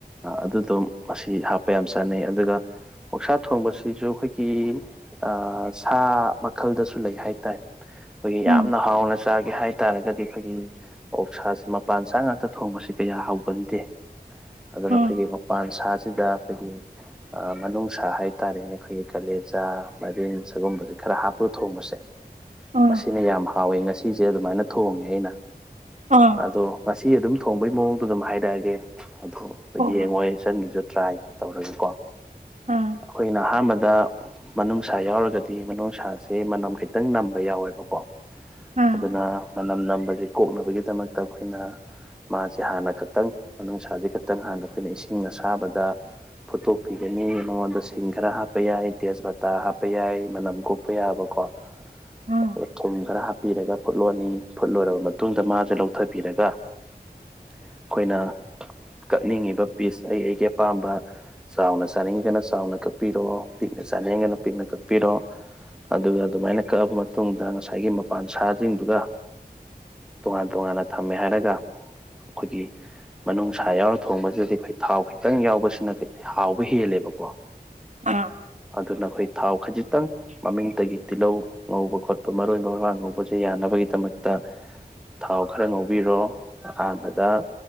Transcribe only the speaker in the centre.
ꯑꯗꯨꯗꯣ ꯃꯁꯤ ꯍꯥꯞꯄ ꯌꯥꯝ ꯆꯥꯅꯩ ꯑꯗꯨꯒ ꯑꯣꯥꯛꯁꯥ ꯊꯣꯡꯕꯁꯤꯁꯨ ꯑꯩꯈꯣꯏꯒꯤ ꯑ ꯁꯥ ꯃꯈꯜꯗꯁꯨ ꯂꯩ ꯍꯥꯏ ꯇꯔꯦ ꯑꯩꯈꯣꯏꯒꯤ
ꯌꯥꯝꯅ ꯍꯥꯎꯅ ꯆꯥꯒꯦ ꯍꯥꯏꯇꯥꯔꯒꯗꯤ ꯑꯩꯈꯣꯏꯒꯤ ꯑꯣꯛꯁꯁꯤ ꯃꯄꯥꯟ ꯁꯥ ꯉꯥꯛꯇ ꯊꯣꯡꯕꯁꯤ ꯀꯌꯥ ꯍꯧꯥꯎꯒꯟꯗꯦ ꯑꯗꯨꯅ
ꯑꯩꯈꯣꯏꯒꯤ ꯄꯥꯟ ꯁꯥꯁꯤꯗ ꯑꯩꯈꯣꯏꯒꯤ ꯃꯅꯨꯡꯅꯨꯡꯁꯥ ꯍꯥꯏꯇꯥꯔꯦꯅꯦ ꯑꯩꯈꯣꯏꯒꯤ ꯀꯥꯂꯦꯖꯥ ꯃꯔꯤꯟ ꯁꯒꯨꯝꯕꯁꯦ ꯈꯔ ꯍꯥꯞꯄ ꯊꯣꯡꯕꯁꯦ
ꯃꯁꯤꯅ ꯌꯥꯝ ꯍꯥꯎꯏꯤ ꯉꯁꯤꯁꯦ ꯑꯗꯨꯃꯥꯏꯅ ꯊꯣꯡꯉꯦ ꯑꯩꯅ
ꯑꯗꯣ ꯉꯁꯤ ꯑꯗꯨꯝ ꯊꯣꯡꯕꯒꯤ ꯃꯑꯣꯡꯗꯣ ꯑꯗꯨꯝ ꯍꯥꯏꯔꯛꯑꯒꯦ ꯑꯗꯣ
ꯌꯦꯡꯉꯣ
ꯇꯁꯟꯒꯤꯁꯨ ꯇ꯭ꯔꯥꯏ ꯇꯧꯔꯒꯀꯣ
ꯑꯩꯈꯣꯏꯅ ꯑꯍꯥꯟꯕꯗ ꯃꯅꯨꯡꯅꯨꯡꯁꯥ ꯌꯥꯎꯔꯒꯗꯤ ꯃꯅꯨꯡꯅꯨꯡꯁꯥꯁꯦ ꯃꯅꯝ ꯈꯤꯇꯪ ꯅꯝꯕ ꯌꯥꯎꯋꯦꯕꯀꯣ
ꯑꯗꯨꯅ ꯃꯅꯝ ꯅꯕꯁꯤꯦ ꯀꯣꯛꯅꯕꯒꯤꯗꯃꯛꯇ ꯑꯩꯈꯣꯏꯅ ꯃꯥꯁꯦ ꯍꯥꯟꯅ ꯈꯛꯇꯪꯅꯨꯡꯁꯥꯥꯁꯦ ꯈꯛꯇꯪ ꯍꯥꯟꯅ ꯑꯩꯈꯣꯏꯅ ꯏꯁꯤꯡ ꯑꯁꯥꯕꯗ ꯐꯨꯠꯇꯣꯛꯄꯤꯒꯅꯤ ꯃꯉꯣꯟꯗ ꯁꯤꯡ ꯈꯔ ꯍꯥꯞꯄ ꯌꯥꯏ ꯇꯦꯖꯄꯇꯥ ꯍꯥꯞꯄ ꯌꯥꯏ ꯃꯅꯝ ꯀꯣꯛ ꯍꯥꯄ ꯌꯥꯕꯀꯣ
ꯑꯗꯨꯒ ꯀꯨꯝ ꯈꯔ ꯍꯥꯞꯄꯤꯔꯒ ꯐꯨꯠꯂꯣꯅꯤ ꯐꯨꯠꯂꯣꯏꯔꯕ ꯃꯇꯨꯡ ꯃꯇꯨꯡꯗ ꯃꯥꯁꯦ ꯂꯧꯊꯕꯤꯔꯒ ꯑꯩꯈꯣꯏꯅ ꯀꯛꯅꯤꯡꯉꯤꯕ ꯄꯤꯁ ꯑꯩ ꯑꯩꯒꯤ ꯑꯄꯥꯝꯕ ꯆꯥꯎꯅ ꯆꯥꯅꯤꯡꯒꯅ ꯆꯥꯎꯅ ꯀꯛꯄꯤꯔꯣ ꯄꯤꯛꯅ ꯆꯥꯅꯤꯡꯒꯅ ꯄꯤꯛꯅ ꯀꯛꯄꯤꯔꯣ ꯑꯗꯨꯒ ꯑꯗꯨꯃꯥꯏꯅ ꯀꯛꯑꯕ ꯃꯇꯨꯡꯗ ꯉꯁꯥꯏꯒꯤ ꯃꯄꯥꯟ ꯁꯥꯁꯤꯡꯁꯤꯡꯗꯨꯒ ꯇꯣꯉꯥꯟ ꯇꯣꯉꯥꯟꯅ ꯊꯝꯃꯦ ꯍꯥꯏꯔꯒ ꯑꯩꯈꯣꯏꯒꯤ ꯃꯅꯨꯡꯁꯥ ꯌꯥꯎꯔ ꯊꯣꯡꯕꯁꯤꯗꯗꯤ ꯑꯩꯈꯣꯏ ꯊꯥꯎ ꯈꯤꯇꯪ ꯌꯥꯎꯕꯁꯤꯅ ꯍꯥꯎꯕ ꯍꯦꯜꯂꯦꯕꯀꯣ
ꯑꯗꯨꯅ ꯑꯩꯈꯣꯏ ꯊꯥꯎ ꯈꯖꯤꯛꯇꯪ ꯃꯃꯤꯡꯇꯒꯤ ꯇꯤꯜꯍꯧ ꯉꯧꯕ ꯈꯣꯠꯄ ꯃꯔꯣꯏ ꯃꯔꯥꯡ ꯉꯧꯕꯁꯦ ꯌꯥꯅꯕꯒꯤꯗꯃꯛꯇ ꯊꯥꯎ ꯈꯔ ꯉꯧꯕꯤꯔꯣ ꯑꯍꯥꯟꯕꯗ